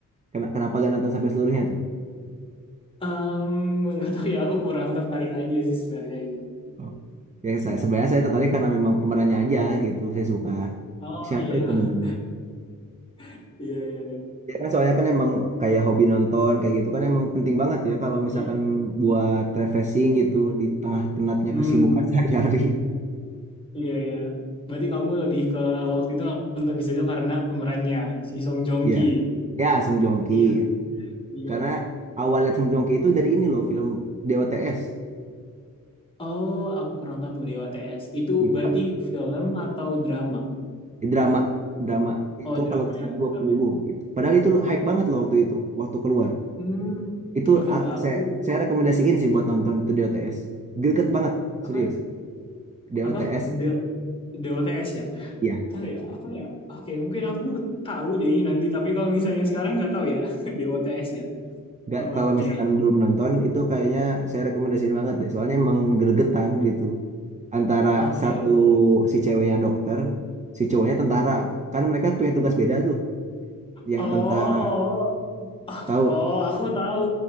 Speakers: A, on the right; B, on the left.
A: Ken- Kenapa gak nonton sampai seluruhnya tuh?
B: Em, nggak tahu ya, aku kurang tertarik aja sih sebenarnya gitu.
A: Oh. Ya saya sebenarnya saya tertarik karena memang pemerannya aja gitu. Saya suka
B: Oh
A: siapa
B: iya,
A: itu namanya?
B: <laughs> iya iya iya.
A: Ya kan soalnya kan emang kayak hobi nonton kayak gitu kan emang penting banget ya kalau misalkan
B: Iya, iya.
A: buat refreshing gitu di tengah penatnya
B: Hmm,
A: kesibukan <laughs> sehari-hari.
B: iya ya. Berarti kamu lebih ke waktu itu nonton bisa aja karena pemerannya si Song Joong
A: Ya,
B: Ki.
A: ya Sung Joong Ki.
B: Iya, iya.
A: Karena awalnya Sung Joong Ki itu dari ini loh film DOTS.
B: Oh, aku kurang tahu tuh Dewa TS. Itu
A: Iya,
B: berarti
A: Pak.
B: film atau drama?
A: Di drama drama itu
B: Oh, drama
A: kalau nggak salah
B: ya,
A: dua
B: drama
A: puluh.
B: ya.
A: gitu. Padahal itu hype banget loh waktu itu, waktu keluar.
B: Hmm,
A: Itu
B: oke
A: ah,
B: oke. Aku
A: saya saya rekomendasiin sih buat nonton itu di OTS. Greget banget,
B: apa
A: serius. Di
B: apa
A: OTS,
B: De Dewa TS ya?
A: ya.
B: Ntar ya, apa ya? Oke, mungkin aku tahu deh ini nanti. Tapi kalau misalnya sekarang nggak tahu ya <laughs> Dewa TS ya.
A: Nggak,
B: Oke,
A: kalau misalkan belum nonton, itu kayaknya saya rekomendasiin banget deh. Soalnya emang gregetan gitu. Antara
B: oke.
A: satu si ceweknya dokter, si cowoknya tentara. Kan mereka punya tugas beda tuh. Yang
B: Oh,
A: tentara,
B: oh.
A: tahu?
B: Oh, aku tahu